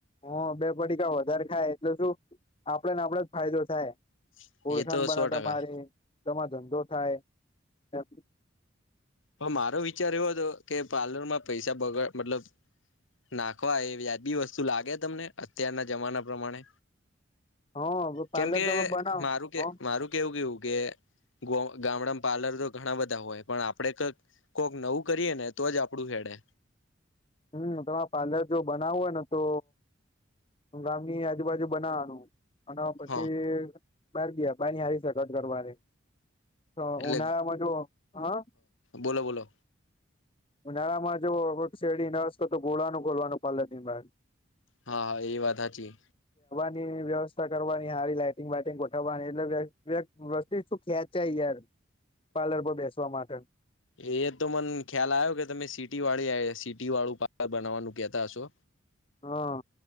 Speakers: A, on the left; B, on the left.
A: હા બે પડીકા વધારે ખાય એટલે શું આપડે ને આપડે જ ફાયદો થાય.
B: નહી
A: ઓળખાણ
B: એ તો
A: બનાતા
B: સો ટકા
A: પાડે, તમાર ધંધો થાય, ને
B: હા મારો વિચાર એવો હતો કે પાર્લર માં પૈસા બગાડ મતલબ નાખવા એ વ્યાજ બી વસ્તુ લાગે તમને અત્યારના જમાના પ્રમાણે
A: હ પાર્લર
B: કેમ કે
A: તમે બનાવો
B: મારું કે
A: હ
B: મારું કેવું કેઉ કે ગ ગામડામાં પાર્લર તો ઘણા બધા હોય પણ આ આપડે કક કોક નવું કરીએ ને તો જ આપડું હેડે.
A: હમ્મ, તમારે પાર્લર જો બનાવવું હોયને તો અહ ગામની આજુબાજુ બનાવવાનું. અને પછી
B: હા
A: બાર ગયા <unintelligible> તો
B: એટલે
A: ઉનાળામાં જો હા
B: બોલો બોલો
A: ઉનાળામાં જો શેરડી નો રસ <unintelligible> ખોલવાનું પાર્લરની બહાર.
B: હા, એ વાત હાચી.
A: ની વ્યવસ્થા કરવાની હારી લાાઈટિંગ વાઈટિંગ ગોઠવવાની એટલે વ્ય વ્યગ વસ્તો શું ખેંચાય યાર. પાર્લર પર બેસવા માટે.
B: એ તો મન ખ્યાલ આવ્યો કે તમે સિટી વાળી આ સી ટી વાળું પાર્લર બનાવવાનું કેતા હશો.
A: હા.